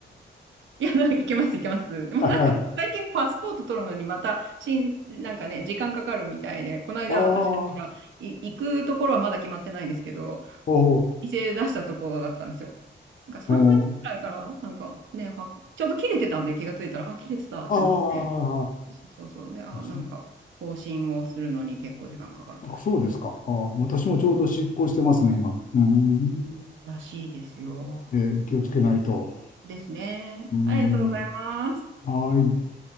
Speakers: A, on the right; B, on the left.
A: いや、なんか行けます、行けます。<laughs> でもなんか最近パスポート取るのにまたしん、
B: <laughs> あ
A: なんかね、時間かかるみたいで、この間私だからい行くところはまだ決まってないんですけど、
B: あ、おお。
A: 店出したところだったんですよ。なんか3月くらいから、
B: うん
A: なんかね、は、ちょうど切れてたんで気がついたら、あ、切れてたってなって。
B: あ
A: そうそうそう。で、あ、
B: あ、そう、
A: なんか更新をするのに結構時間かかるとか言
B: あそうですか。あー、
A: って。
B: 私もちょうど執行してますね、今。うーん。
A: らしいですよ。
B: えー気をつけないと。
A: ですね。
B: うーん。
A: ありがとうございます。
B: はい。